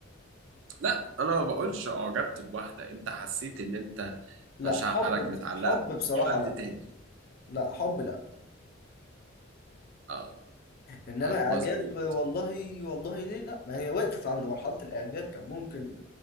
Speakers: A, on the right; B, on the left.
A: لا انا ما بقولش اعجبت بواحدة انت حسيت ان انت
B: لا
A: مشاعرك
B: حب
A: متعلقة
B: حب بصراحة
A: بحد
B: لا
A: تاني
B: لا حب لا
A: اه
B: انما
A: اه
B: اعجاب
A: مظبوط
B: والله والله ليه لا ما هي وقفت عند مرحله الاعجاب كان ممكن